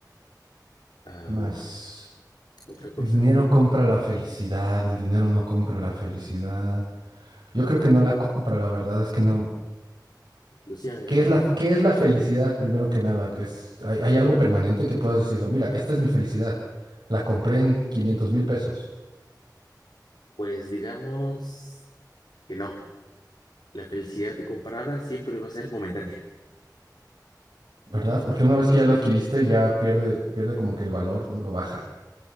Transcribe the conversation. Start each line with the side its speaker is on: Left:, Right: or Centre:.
Left: A
Right: Más.
Left: ver, otra cosa
Right: El dinero
Left: que
Right: compra la felicidad, el dinero no compra la felicidad. Yo creo que no la compra, la verdad es que no.
Left: Luciana,
Right: ¿Qué
Left: no.
Right: es la, qué es la felicidad primero que nada? Es, hay, hay algo permanente que puedas decirlo, mira, esta es mi felicidad. La compré en 500 mil pesos,
Left: Pues digamos que no. La felicidad comprada siempre va a ser momentánea.
Right: ¿verdad? Porque una vez que ya lo adquiriste, ya pierde, pierde como que el valor, ¿no? Lo baja.